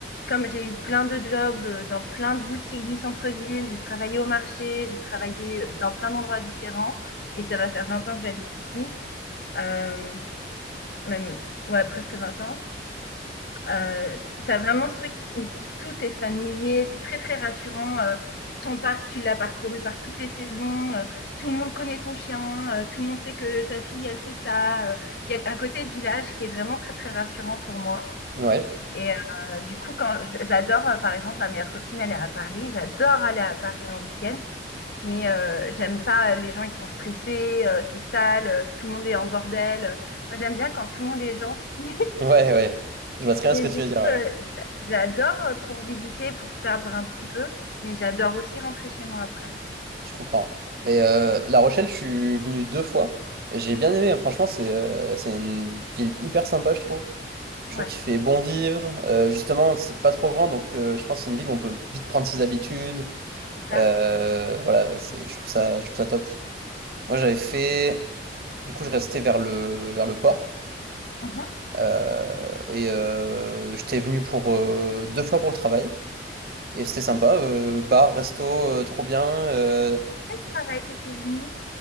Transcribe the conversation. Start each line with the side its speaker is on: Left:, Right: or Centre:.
Left: comme j'ai eu plein de jobs euh, dans plein de boutiques du centre-ville, j'ai travaillé au marché, j'ai travaillé euh, dans plein d'endroits différents, et ça va faire 20 ans que j'habite ici, euh, même ouais, presque 20 ans. Euh, tu as vraiment ce truc où tout est familier, c'est très très rassurant. Euh, ton parc, tu l'as parcouru par toutes les saisons, euh, tout le monde connaît ton chien, euh, tout le monde sait que ta fille, elle fait ça. euh, Il y a un côté village qui est vraiment très très rassurant pour moi.
Right: Ouais,
Left: Et euh, du coup, quand j- j'adore, euh, par exemple, ma meilleure copine, elle est à Paris, j'adore aller à Paris en week-end. Mais euh, j'aime pas, euh, les gens ils sont stressés, euh, c'est sale, euh, tout le monde est en bordel. Moi j'aime bien quand tout le monde est gentil,
Right: ouais, ouais. Je vois très bien
Left: et
Right: ce que
Left: du
Right: tu veux
Left: coup,
Right: dire, ouais.
Left: euh, j'adore euh, pour visiter, pour se perdre un petit peu, mais j'adore aussi rentrer chez moi après.
Right: Je comprends. Mais euh, La Rochelle, je suis venu deux fois. et J'ai bien aimé, hein. franchement, c'est euh, c'est une ville hyper sympa, je trouve. Je
Left: Ouais,
Right: trouve qu'il fait bon vivre. Euh, justement, c'est pas trop grand, donc euh, je pense que c'est une ville où on peut vite prendre ses habitudes.
Left: c'est ça.
Right: Euh, voilà, c'est, je trouve ça, je trouve ça top. Moi, j'avais fait... Du coup, je restais vers le, vers le port.
Left: Mhm.
Right: Euh, et euh, j'étais venu pour euh, deux fois pour le travail. Et c'était sympa, euh, bar, resto, euh, trop bien. euh,
Left: Pour quel travail t'étais venue?